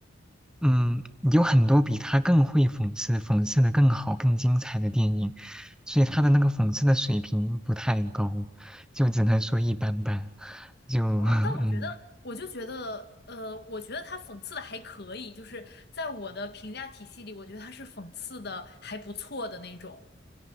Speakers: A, in the centre; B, on the left (about 60°).
A: 嗯，有很多比他更会讽刺、讽刺的更好、更精彩的电影，所以他的那个讽刺的水平不太高，就只能说一般般。就
B: 哦，
A: <laughs>
B: 但我觉得我就觉得，
A: 嗯，
B: 呃，我觉得它讽刺的还可以，就是在我的评价体系里，我觉得它是讽刺的还不错的那种。